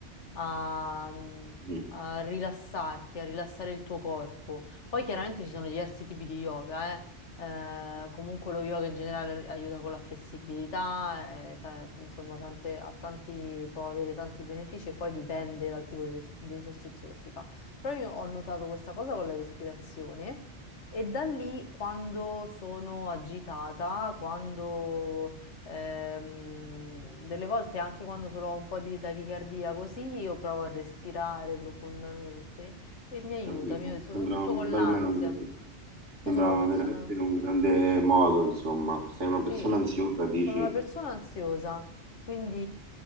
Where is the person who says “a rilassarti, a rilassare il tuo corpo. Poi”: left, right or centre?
Left